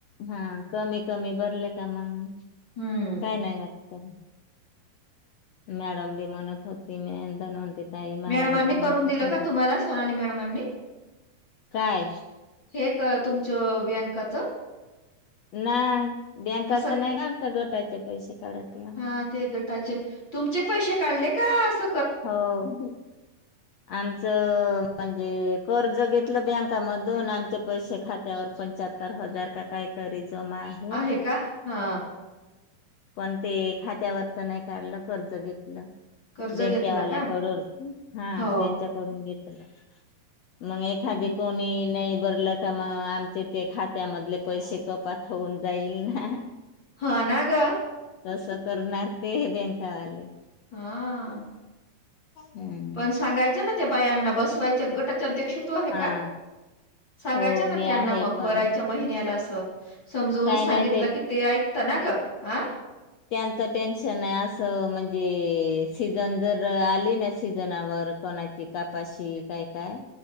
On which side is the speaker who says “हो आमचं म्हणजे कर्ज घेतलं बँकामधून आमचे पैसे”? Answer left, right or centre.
Left